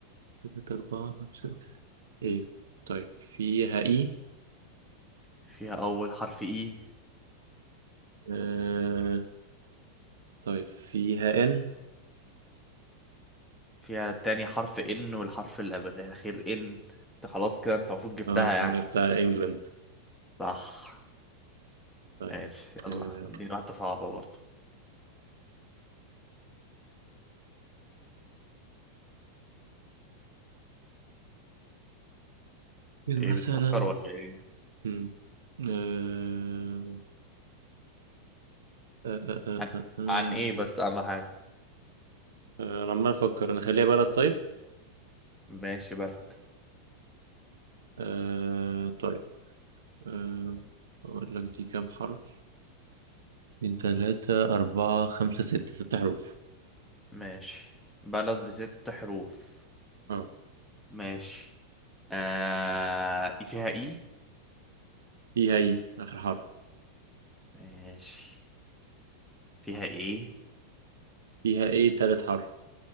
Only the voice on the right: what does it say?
تلاتة أربعة خمسة ايه طيب فيها اي
أه... طيب فيها ان
اه
انا بتاع انجلند
طيب
آه،
مين
مثلا
مم. آه، آه، آه، آه،
آه، آه.
آه، آه، انا عمال افكر نخليها بلد طيب
آه، طيب آه، اقول لك دي كام حرف من ثلاثة أربعة خمسة ستة ست حروف
اه
فيها ايه اخر حرف
فيها ايه تالت حرف